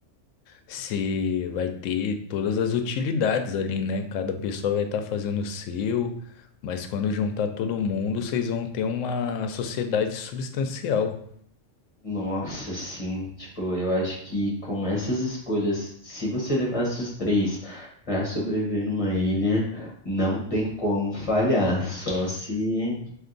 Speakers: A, on the left; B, on the left.
A: você vai ter todas as utilidades ali, né? Cada pessoa vai estar fazendo o seu, mas quando juntar todo mundo, vocês vão ter uma sociedade substancial.
B: Nossa, sim, tipo, eu acho que com essas escolhas, se você levasse os três para sobreviver numa ilha, não tem como falhar, só se